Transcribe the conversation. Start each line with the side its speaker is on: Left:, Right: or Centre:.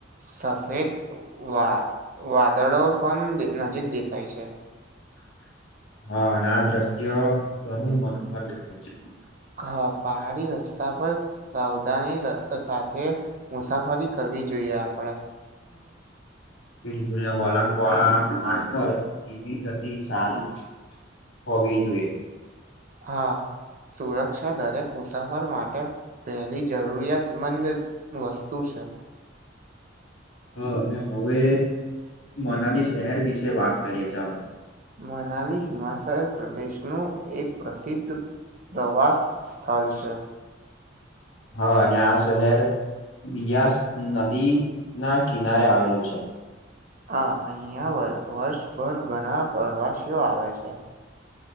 Right: સફેદ વા વાદળો પણ નજીક દેખાય છે
Left: હા અને આ દ્રશ્ય ઘણું મનોહર લાગે છે
Right: હા પહાડી રસ્તા પર સાવધાની સાથે મુસાફરી કરવી જોઈએ આપણે
Left: બિલકુલ વલાકવાળા માર પર ધીમી ગતિ સારી હોવી જોઈએ
Right: હા સુરક્ષા દરેક મુસાફર માટે પહેલી જરૂરિયાતમંદ વસ્તુ છે.
Left: હા હવે મનાની શહેર વિશે વાત કરીએ ચાલો.
Right: મનાલી હિમાચલ પ્રદેશનું એક પ્રસિદ્ધ પ્રવાસ સ્થલ છે.
Left: હા અને આ શહેર બીયાસ નદી ના કિનારે આવેલું છે.
Right: હા અહિયાં વર્ષભર ઘણા પ્રવાસીઓ આવે છે.